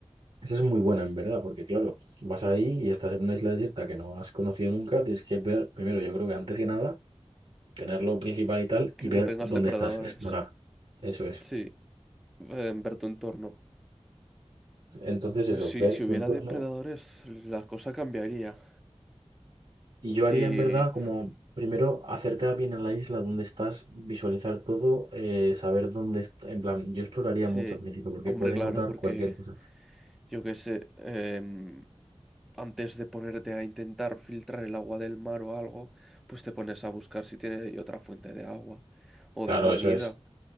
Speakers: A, on the right; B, in the centre.
A: Esa es muy buena, en verdad, porque claro, vas ahí y estás en una isla desierta que no has conocido nunca, tienes que ver primero, yo creo que antes que nada, tener lo principal y tal,
B: Que
A: y ver
B: no tengas
A: dónde
B: depredadores.
A: estás, explorar. Eso es.
B: Sí, en ver tu entorno.
A: Entonces,
B: Pues
A: eso,
B: sí,
A: ver
B: si
A: tu
B: hubiera
A: entorno
B: depredadores, la cosa cambiaría.
A: Y yo haría
B: Y
A: en verdad como primero acercar bien a la isla donde estás, visualizar todo, eh, saber dónde está. En plan, yo exploraría
B: sí,
A: mucho al principio porque
B: hombre,
A: puedes
B: claro,
A: encontrar
B: porque
A: cualquier cosa.
B: yo qué sé, em, antes de ponerte a intentar filtrar el agua del mar o algo, pues te pones a buscar si tiene ahí otra fuente de agua o
A: Claro,
B: de comida.
A: eso es.